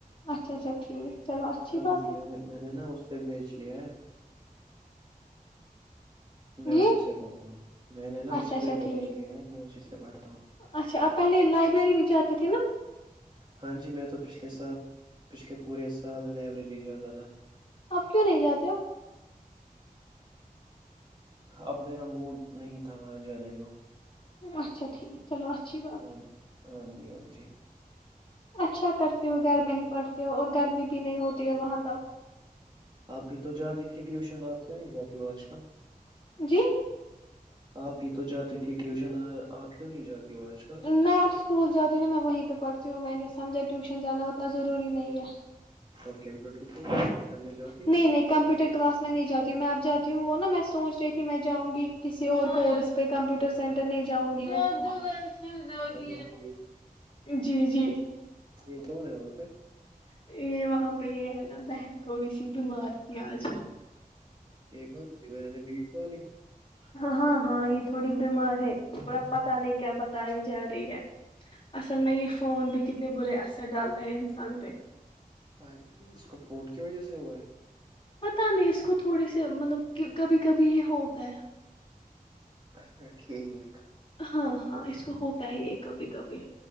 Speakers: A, on the left; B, on the right.
A: اچھا اچھا ٹھیک چلو اچھی
B: ہاں
A: بات
B: جی
A: ہے
B: میں نے میں نے نا اس پہ بھیج لیا ہے میں
A: جی
B: اسی سے پڑھتا ہوں میں نے نا
A: اچھا
B: اس
A: اچھا
B: پہ بیچ
A: ٹھیک
B: لیا ہے میں اسی سے پ بڑ <unintelligible>
A: اچھا آپ پہلے لائبریری بھی جاتے تھے نا
B: ہاں جی میں تو پھلے س پچھلے پورے سال لائبریری جاتا تھا
A: آپ کیوں نہیں جاتے ہو
B: اب میرا موڈ نہیں تھا وہاں جانے کو
A: اچھا ٹھیک چلو اچھی بات
B: ہاں ہاں جی ہاں جی
A: اچھا کرتی ہو گھر میں ہی پڑھتی ہو اور گرمی بھی نہیں ہوتی ہے وہاں تک
B: اپ بھی تو جاتی تھی ٹیوشن آپ کیوں نہیں جاتی ہو آج کل
A: جی
B: آپ بھی تو جاتی تھی ٹیوشن آپ کیوں نہیں جاتی ہو آج کل
A: میں اب اسکول جاتی ہوں نا میں وہیں پہ پڑھتی ہوں میں نے سمجھا ٹیوشن جانا اتنا ضروری نہیں ہے
B: اور کمپیوٹر کو کرنے جاتی
A: نہیں
B: ہو
A: نہیں کمپیوٹر کلاس میں نہیں جاتی ہوں میں اب جاتی ہوں وہ نا میں سوچ رہی تھی میں جاؤں گی کسی اور کورس پہ کمپیوٹر سینٹر نہیں جاؤں گی میں
B: اچھا
A: گ
B: ٹھیک
A: جی جی
B: یہ کون ہے وہاں پے
A: یہ وہاں پہ یہ ہے نا بہن تھوڑی سی بیمار تھی آج
B: ایکن سی میں نے بیس والی
A: ہاں ہاں یہ تھوڑی بیمار ہے تھوڑا پتا نہیں کیا بتائی جا رہی ہے اصل
B: اچھا
A: میں یہ
B: ٹھیک
A: فون ے برے اثر ڈالتا ہے انسان پہ
B: ا اس کو فون کی وجہ سے ہوا ہے
A: پتہ نہیں اس کو تھوڑے سے مطلب کہ کبھی کبھی یہ ہوتا ہے
B: اچھا ٹھیک
A: ہاں ہاں اس کو ہوتا ہے یہ کبھی کبھی